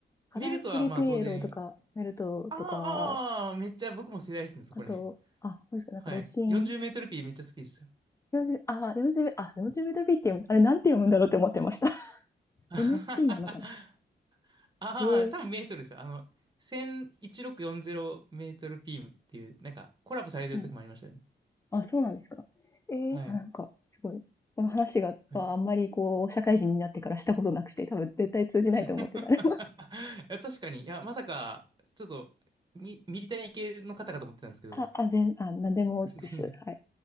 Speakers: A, on the left (about 15°); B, on the right (about 25°).
A: カラクリピエロとか、
B: メルトは、まあ、当然、
A: メルトとか、
B: あーあー、めっちゃ僕も世代ですね、そこら辺。
A: あと、あ、何ですか、なんか、
B: はい。
A: ロシン。
B: 40メートルピーめっちゃ好きですよ。
A: 40、あ、40メ、あ、40メートルビーって読む、あれなんて読むんだろうって思ってました。<laughs>
B: <laughs> あ
A: MP なのかなって。
B: あ、
A: え
B: 多分メートルですよ。あの、101640メートルピーっていう、なんかコラボされてる時もありましたよね。
A: ー、うん。あ、そうなんですか。えー、
B: はい。
A: あ、なんか、すごい。この話が、
B: はい。
A: あんまりこう、社会人になってからしたことなくて、多分絶対通じないと思ってた。
B: <laughs> いや、
A: <laughs>
B: 確かに。いや、まさか、ちょっと、ミ、ミリタリー系の方かと思ってたんですけど、
A: あ、あ、全、あ、なんでもです。
B: <laughs> 全然、
A: はい。